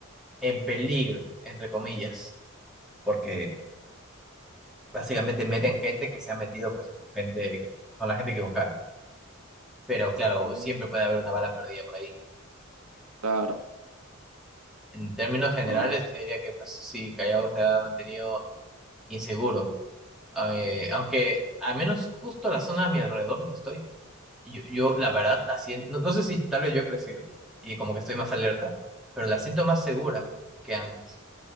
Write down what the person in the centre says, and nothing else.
en peligro, entre comillas, porque básicamente meten gente que se ha metido pues, gente, con la gente equivocada. Pero claro,
siempre puede haber una bala perdida por ahí.
En términos generales,
yo diría que pues, sí, Callao se ha mantenido inseguro. Eh, aunque al menos justo la zona a mi alrededor donde estoy, yo, yo, la verdad la siento, no, no sé si tal vez yo he crecido y como que estoy más alerta, pero la siento más segura que antes